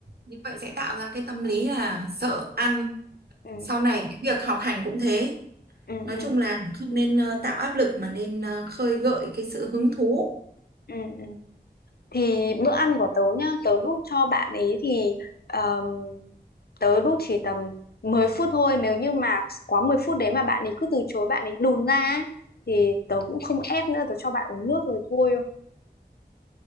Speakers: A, on the right; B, on the left.
A: Như vậy sẽ tạo ra cái tâm lý là sợ ăn
B: ừ,
A: sau này cái việc học hành cũng thế
B: ừ,
A: nói
B: ừ.
A: chung là không nên ờ, tạo áp lực mà nên ờ, khơi gợi cái sự hứng thú
B: Ừ, ừ. Thì bữa ăn của tớ nhá, tớ đút cho bạn ấy thì um, tớ đút chỉ tầm 10 phút thôi, nếu như mà quá 10 phút đấy mà bạn ấy cứ từ chối bạn ấy đùn ra ấy, thì tớ cũng không ép nữa, tớ cho bạn uống nước rồi thôi.